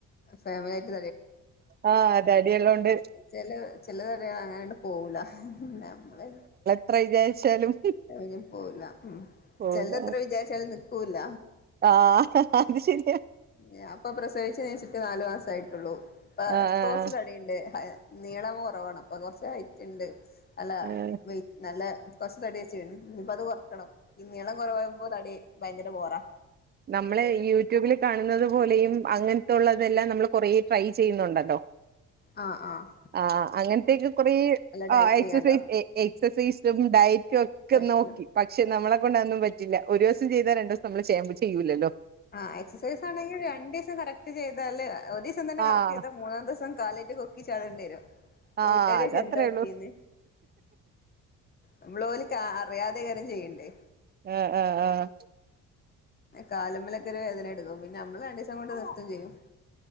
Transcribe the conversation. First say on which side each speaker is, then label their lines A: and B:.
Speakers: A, on the left; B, on the right.
A: ഫാമിലി ആയിട്ട്
B: ആ അതെ തടിയൊള്ളോണ്ട്
A: ചെല ചെല തടികള് അങ്ങനെ അങ്ങോട്ട് പോവൂല്ല നമ്മള്
B: ത്ര വിചാരിച്ചാലും
A: ലും പോവൂല്ല ഉം
B: പോവൂല
A: ചെലത്ര വിചാരിച്ചാലും നിക്കൂല്ല
B: ആഹ് അത് ശരിയാ
A: ഞാ ഇപ്പൊ പ്രസവിച്ചേന് ശേഷം നാലു മാസേ ആയിട്ടുള്ളൂ ഇപ്പൊ
B: ആഹ്
A: ഇപ്പോ കൊറച്ച്
B: ആഹ്
A: തടിയുണ്ട് നീളം കൊറവാണ് അപ്പൊ കൊറച്ച് ഹൈറ്റ് ഉണ്ട് അല്ല
B: ആഹ്
A: വെയിറ്റ് നല്ല കൊറച് തടി വെച്ചിരുന്നു ഇനിപ്പൊ അത് കൊറയ്ക്കണം ഈ നീളം കൊറവാവുമ്പോ തടി ഭയങ്കര ബോറാ
B: നമ്മള് യൂട്യൂബിൽ കാണുന്നത് പോലെയും അങ്ങനത്തെയുള്ളതെല്ലാം നമ്മള് കൊറേ ട്രൈ ചെയ്യുന്നൊണ്ടല്ലോ
A: ആ ആ
B: ആ അങ്ങനത്തെയൊക്കെ കൊറേ
A: ഡയറ്റ്
B: ആ എക്സസൈസും
A: ചെയ്യണ്ടോ
B: എക്സസൈസും ഡയറ്റും ഒക്കെ
A: ഡയറ്റിലോ
B: നോക്കി ക്കി പക്ഷെ നമ്മളെ കൊണ്ട് അതൊന്നും പറ്റില്ല ഒരു ദിവസം ചെയ്താ രണ്ടു ദിവസം നമ്മള് ചെയ്യാ ചെയ്യൂല്ലല്ലോ
A: ആ എക്സസൈസ് ആണെങ്കിൽ രണ്ടു ദിവസം കറക്റ്റ് ചെയ്താല് ഒരു ദിവസം തന്നെ കറക്റ്റ്
B: ആഹ്
A: ചെയ്താ മൂന്നാം ദിവസം കാലായിട്ട് കൊക്കി ചാടേണ്ടി വരും പ്പൊ
B: ആഹ്
A: വീട്ടുകാര് ചോയിച്ച്
B: അതത്രേ
A: എന്താ പറ്റീന്ന്
B: ഉള്ളൂ
A: നമ്മള് ഓല് ക്ക് അറിയാതെയാണ് ചെയ്യണ്ടേ
B: അ അ അ
A: കാലുമേലൊക്കെ ഒരു വേദന എടുക്കും പിന്നെ നമ്മള് രണ്ടു ദിവസം കൊണ്ട് നിർത്തുവേം ചെയ്യും